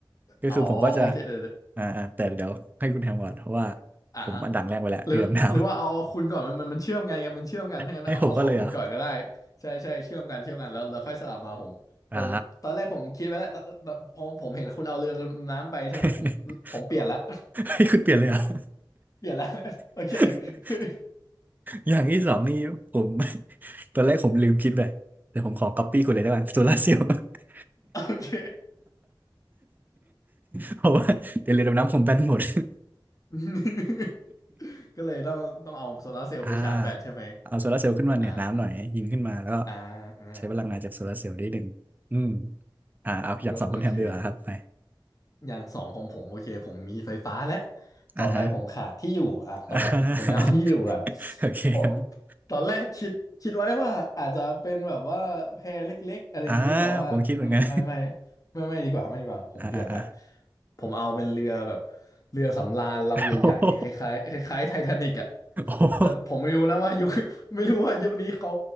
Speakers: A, on the right; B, on the left.
A: ก็คือผมก็จะ
B: อ๋อโอเคเดี๋ยวเดี๋ยว
A: อ่าอ่าแต่เดี๋ยวให้คุณแฮมก่อนเพราะว่า
B: อ่ะอ่ะ
A: ผมอันดังแรกไปแล้วเรือดำน้
B: หรือหรือว่าเอาคุณก่อนมันมันมันเชื่อมกันไงมันเชื่อมกันถ้างั้นเอาเอาของคุณก่อนก็ได้
A: ำให้ผมก็เลยเหรอ่ะ
B: ใช่ใช่เชื่อมกันเชื่อมกันแล้วแล้วค่อยสลับมาผมผมตอนแรกผมคิดไว้แล้วแบบพอผมเห็นคุณเอาเรือดำน้ำไปใช่ไหมผมผมเปลี่ยนละ
A: อ่า <laughs>
B: <laughs>
A: ให้คุณเปลี่ยนเลยเหรอ่ะ
B: เปลี่ยนละ <laughs> โอเค
A: <laughs>
B: <laughs>
A: อย่างที่สองนี่ผม <laughs> ตอนแรกผมลืมคิดไปแต่ผมขอก๊อปปี้คุณเลยได้ไหมโซลาเซลล์ <laughs>
B: โอเค
A: เพราะว่าเดี๋ยวเรือดำน้ำผมแบนหมด
B: <laughs> ก็เลยต้องต้องเอาโซลาร์เซลล์ไปชาร์จแบตใช่ไหม
A: <laughs> อ่าเอาโซลาร์เซลล์ขึ้นมาเหนือน้ำหน่อยให้ยิงขึ้นมาแล้วก็
B: อ่าอ่า
A: ใช้พลังงานจากโซลาร์เซลล์ได้หนึ่งอืมอ่าเอาอย่างสองคุณแฮมดีกว่าครับไป
B: โอเค อย่างสองของผมโอเคผมมีไฟฟ้าและต่อไปผมขาดที่อยู่อ่ะต่อไปผมผมจะเอาที่อยู่ก่อน
A: อ่าฮะ <laughs> อ่าโอเคครับ
B: ผมตอนแรกคิดคิดไว้ว่าอาจจะเป็นแบบว่าแพรเล็กๆอะไรอย่างนี้แต่ว่าเออไม่ไม่
A: อ่าผมคิดเหมือนกัน
B: ไม่ไม่ดีกว่าไม่ดีกว่าผมเปลี่ยนละ
A: <laughs> อ่าอ่าอ่า
B: ผมเอาเป็นเรือแบบเรือสำราญลำใหญ่ๆคล้ายๆคล้ายๆไททานิกอ่ะ
A: <laughs> โอ้โหโอ้โห <laughs>
B: แต่ผมไม่รู้นะว่ายุค <laughs> ไม่รู้ว่ายุคนี้เขา